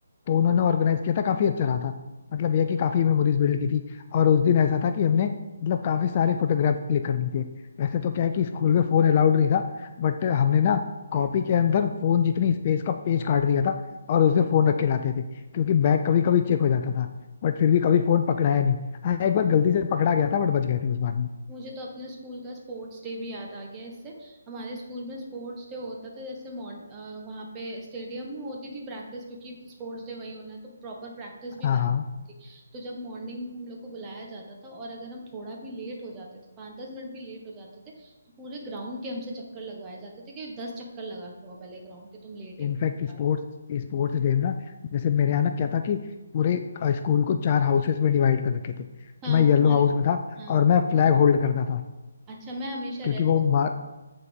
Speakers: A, on the left; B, on the right.
A: तो उन्होंने ऑर्गेनाइज किया था काफी अच्छा रहा था मतलब यह कि काफी मेमोरीज बिल्ड की थी और उस दिन ऐसा था कि हमने मतलब काफी सारे फोटोग्राफ क्लिक करने थे वैसे तो क्या है कि स्कूल में फोन अलाउड नहीं था बट हमने ना कॉपी के अंदर फोन जितनी स्पेस का पेज काट दिया था और उसमें फोन रख के लाते थे क्योंकि बैग कभी कभी चेक हो जाता था बट फिर भी कभी फोन पकड़ाया नहीं हाँ एक बार गलती से पकड़ा गया था बट बच गए थे उस बार में
B: मुझे तो अपने स्कूल का स्पोर्ट्स डे भी याद आ गया इससे हमारे स्कूल में स्पोर्ट्स डे होता था जैसे मॉर्न वहाँ पे स्टेडियम में होती थी प्रैक्टिस क्योंकि स्पोर्ट्स डे वही होना है तो प्रॉपर प्रैक्टिस भी
A: हाँ
B: वही
A: हाँ
B: होती थी तो जब मॉर्निंग में हम लोग को बुलाया जाता था और अगर हम थोड़ा भी लेट हो जाते थे पाँच दस मिनट भी लेट हो जाते थे तो पूरे ग्राउंड के हमसे चक्कर लगवाए जाते थे कि दस चक्कर लगा के आओ पहले ग्राउंड के तुम लेट आए
A: इनफैक्ट स्पोर्ट्स
B: हो।
A: स्पोर्ट्स डे में ना जैसे मेरे यहाँ ना क्या था कि पूरे स्कूल को चार हाउसेस में डिवाइड कर रखे थे तो
B: हाँ
A: मैं येलो
B: वो हमारे
A: हाउस में था
B: हाँ
A: और मैं फ्लैग होल्ड करता था
B: अच्छा मैं हमेशा
A: क्योंकि
B: रेड
A: वो
B: हाउस
A: मा-